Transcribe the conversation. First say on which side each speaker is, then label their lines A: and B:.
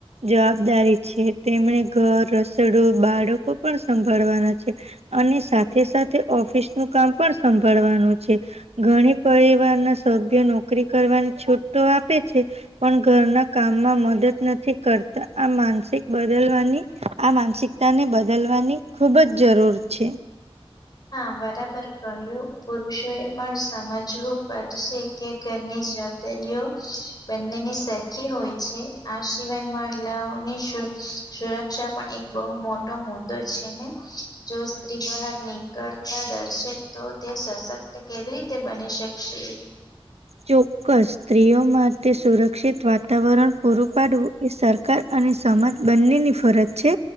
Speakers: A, on the right; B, on the left.
A: જવાબદારી છે તેમણે ઘર રસોડો બાળકો પણ સંભાળવાના છે. અને સાથે સાથે ઓફિસ નું કામ પણ સંભાળવાનું છે. ઘણી પરિવાર ના સભ્યો નોકરી કરવાની છૂટો આપે છે. પણ ઘરના કામમાં મદદ નથી કરતા આ માનસિક બદલવાની આ માનસિકતાને બદલવાની ખૂબ જ જરૂર છે.
B: હા બરાબર કહ્યું પુરુષો એ પણ સમજવું પડશે કે ઘરની જવાબદારીઓ બંનેની સરખી હોય છે. આ સિવાય મહિલાઓની શું.? સુરક્ષા પણ એક બહુ મોટો મુદ્દો છે ને જો સ્ત્રી બહારની કરતા દર્શે તો તે સશક્ત કેવી રીતે બની શકશે.
A: ચોક્કસ સ્ત્રીઓમાં તે સુરક્ષિત વાતાવરણ પૂરું પાડવું એ સરકાર અને સમાજ બંનેની ફરજ છે